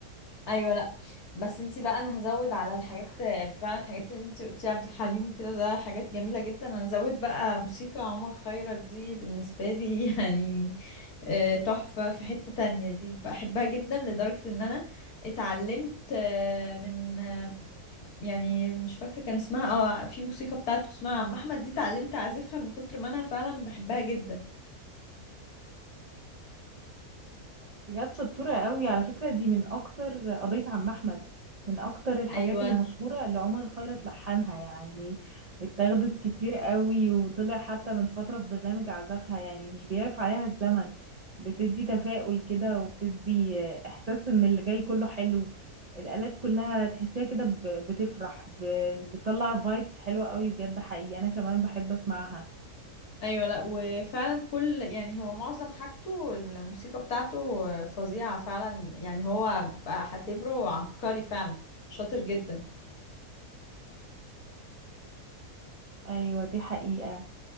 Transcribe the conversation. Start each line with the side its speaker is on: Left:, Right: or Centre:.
Left: ايوه لا بس انتي بقى انا هزود على الحاجات فعلا الحاجات اللي انتي قلتي عبد الحليم وكده ده حاجات جميله جدا انا هزود بقى موسيقى عمر خيرت دي بالنسبه لي <laughs> يعني آه، تحفه في حته تانية دي بحبها جدا لدرجه ان انا اتعلمت آه، من آه، يعني مش فاكره كان اسمها اه في موسيقى بتاعته اسمها عم احمد دي اتعلمت اعزفها من كتر ما انا فعلا بحبها جدا
Right: بجد شطورة قوي على فكرة دي من أكتر قضية عم أحمد من أكتر الحاجات
Left: ايوه
Right: اللي مشهورة اللي عمر خيرت لحنها يعني اتاخدت كتير قوي وطلع حتى من فترة في برنامج عزفها يعني مش بيعرف عليها الزمن بتدي تفاؤل كده وبتدي إحساس إن اللي جاي كله حلو الآلات كلها تحسيها كده ب- بتفرح ب- بتطلع فايبس حلوة قوي بجد حقيقي أنا كمان بحب أسمعها
Left: ايوه لا وفعلا كل يعني هو معظم حاجته الم- الموسيقى بتاعته فظيعة فعلا يعني هو بقى هعتبره عبقري فعلا شاطر جدا
Right: أيوة دي حقيقة